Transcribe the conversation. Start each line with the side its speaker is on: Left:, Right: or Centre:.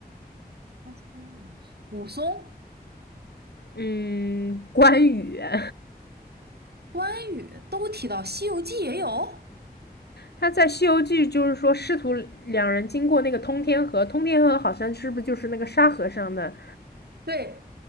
Right: 曹操、武松武松、
Left: 嗯，关羽。<laughs>
Right: 关羽都提到，《西游记》也有。
Left: 他在《西游记》就是说，师徒两人经过那个通天河，通天河好像是不是就是那个沙和尚的
Right: 对，